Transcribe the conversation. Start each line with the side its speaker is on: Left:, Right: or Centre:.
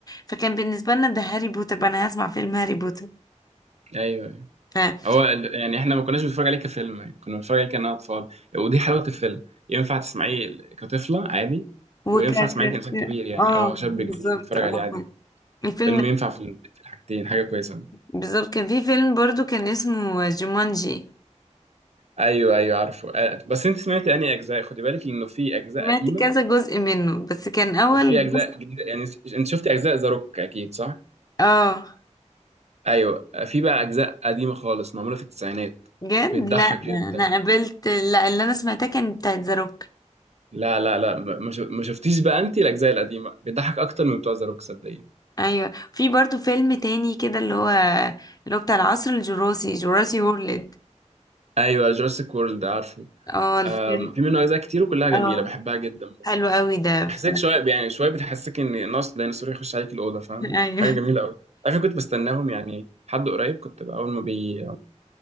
Left: فكان بالنسبه لنا ده هاري بوتر بقى انا هسمع فيلم هاري بوتر
Right: ايوه أيوة.
Left: ف...
Right: هو ال- يعني احنا ما كناش بنتفرج عليه كفيلم يعني كنا بنتفرج عليه كأننا اطفال ودي حلاوه الفيلم ينفع تسمعيه كطفله عادي
Left: وكان
Right: وينفع تسمعيه كإنسان كبير يعني
Left: اه
Right: اه
Left: بالظبط
Right: شاب كبير يتفرج
Left: اه
Right: عليه عادي
Left: الفيلم
Right: فيلم ينفع في ال- في الحاجتين حاجه كويسه
Left: بالظبط كان في فيلم برضو كان اسمه جومانجي
Right: ايوه ايوه عارفه آه، بس انت سمعت انهي اجزاء خدي بالك انه في اجزاء
Left: سمعت
Right: قديمه
Left: كذا جزء منه بس كان اول
Right: وفي اجزاء
Left: جزء
Right: جديده يعني س- انت شفتي اجزاء ذا روك اكيد صح
Left: اه
Right: ايوه آه، في بقى اجزاء قديمه خالص معموله في التسعينات
Left: جد
Right: بتضحك
Left: لا
Right: جدا
Left: انا قابلت لا اللي انا سمعتها كان بتاعت ذا روك
Right: لا لا لا ما ما ش- ما شفتيش بقى انت الاجزاء القديمه بتضحك اكتر من بتوع ذا روك صدقيني
Left: ايوه في برضو فيلم تاني كده اللي هو اللي هو بتاع العصر الجراسي جراسي وورلد
Right: ايوه جوراسيك وورلد عارفه
Left: اه الفيلم
Right: آم، في منه اجزاء كتير وكلها جميله
Left: اه
Right: بحبها جدا
Left: حلو قوي ده
Right: بحسك
Left: ف...
Right: شويه يعني شويه بتحسك ان ناس ديناصور يخش عليك الاوضه فاهمه
Left: <laughs> ايوه
Right: حاجه جميله قوي عارفه كنت بستناهم يعني حد قريب كنت بقى اول ما بي